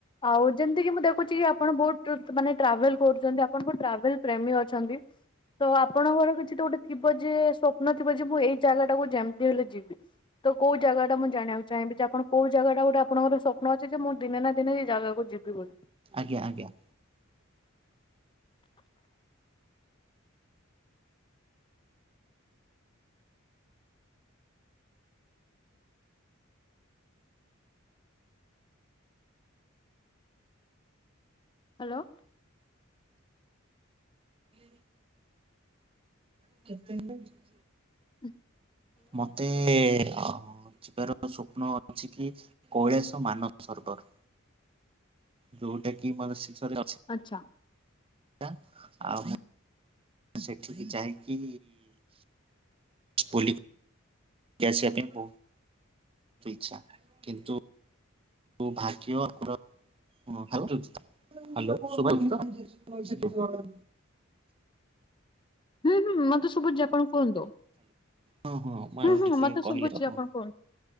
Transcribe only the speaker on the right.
ଆଜ୍ଞା, ଆଜ୍ଞା।
<inaudible> <inaudible>
ମୋତେ ଅ, ଯିବାର ସ୍ବପ୍ନ ଅଛି କି କୈଳାସ ମାନ ସରବର। ଯୋଉଟା କି ମାନେ <unintelligible> ରେ ଅଛି।
ଟା ଆଉ <inaudible> ସେଠିକି ଯାଇକି ବୁଲିବି। କି ଆସିବା ପାଇଁ ବହୁ ତୁ ଇଚ୍ଛା, କିନ୍ତୁ କୁ ଭାଗ୍ୟ <inaudible> ହଁ ହାଲୋ, ହାଲୋ ଶୁଭା ହଉଛି ତ?
ହଁ ମୁଁ ଆପଣ
ଟିକେ
କହିଲେ
ତ ହଁ।